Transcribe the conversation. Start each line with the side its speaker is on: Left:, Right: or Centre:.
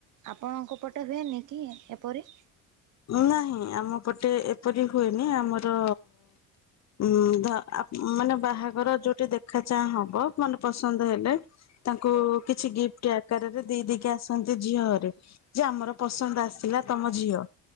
Right: ଆପଣଙ୍କ ପଟେ ହୁଏନି କି? ଏପରି।
Left: ନାହିଁ ଆମ ପଟେ ଏପରି ହୁଏନି ଆମର ଉଁ ଧ ଆପ୍ ମାନେ ବାହାଘର ଯୋଉଠି ଦେଖା ଚାଁ ହବ ମନ ପସନ୍ଦ ହେଲେ ତାଙ୍କୁ କିଛି ଗିଫ୍ଟି ଆ କାରରେ ଦେଇ ଦେଇକି ଆସନ୍ତି ଝିଅଘରେ ଯେ ଆମର ପସନ୍ଦ ଆସିଲା ତମ ଝିଅ।